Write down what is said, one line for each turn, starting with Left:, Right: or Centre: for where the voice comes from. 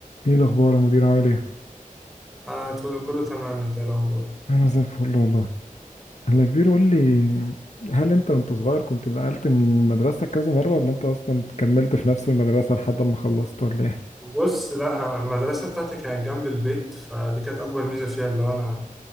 Left: ايه الاخبار يا مدير عامل ايه
Centre: انا طول- كله تمام انت إيه الاخبار
Left: انا زي الفل والله انا كبير قول لي هل انت وانت صغير كنت نقلت من مدرستك كذا مره ولا انت اصلا كملت في نفس المدرسه لحد ما خلصت ولا ايه
Centre: بص لا انا المدرسه بتاعتي كانت جنب البيت فدي كانت اكبر ميزه فيها اللي هو انا